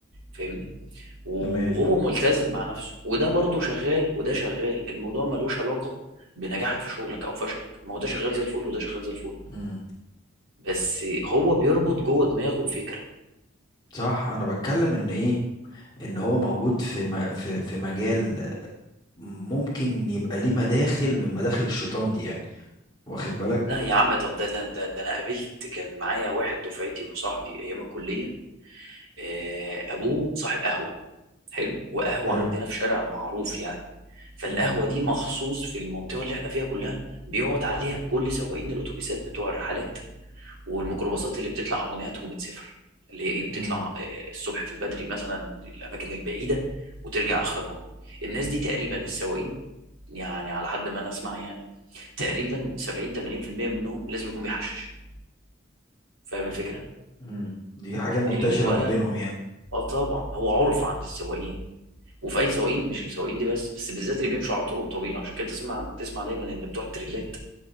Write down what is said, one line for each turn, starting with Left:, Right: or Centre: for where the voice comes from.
Right: فاهمني وهو
Left: تمام
Right: ملتزم مع نفسه وده برضه شغال وده شغال الموضوع ملوش علاقه بنجاحك في شغلك او فشلك ما هو ده شغال زي الفل وده شغال زي الفل
Left: مم.
Right: بس هو بيربط جوه دماغه الفكره
Left: صح انا بتكلم ان ايه ان هو موجود في م... في في مجال ممكن يبقى ليه مداخل من مداخل الشيطان دي يعني واخد بالك
Right: لا يا عم طب ده ده ده, ده انا قابلت كان معايا واحد دفعتي وصاحبي ايام الكليه آه، ابوه صاحب قهوه حلو وقهوه
Left: حلو
Right: عندنا في شارع معروف يعني فالقهوة
Left: مم.
Right: دي مخصوص في المنطقة اللي احنا فيها كلها بيقعد عليها كل سواقين الأتوبيسات بتوع الرحلات والميكروباصات اللي بتطلع أبونات وبتسافر اللي هي إيه بتطلع
Left: مم.
Right: آه، الصبح في البدري مثلا الأماكن البعيدة وترجع آخر النهار الناس دي تقريبا السواقين يعني على حد ما أنا أسمع يعني تقريبا 70 80% منهم لازم يكون بيحشش فاهم الفكرة؟
Left: مم. دي حاجة منتشرة
Right: الولد
Left: ما بينهم يعني
Right: اه طبعا هو عرف عند السواقين وفي اي سواقين مش السواقين دي بس بس بالذات اللي بيمشوا على طرق طويله عشان كده تسمع تسمع دايما ان بتوع التريلات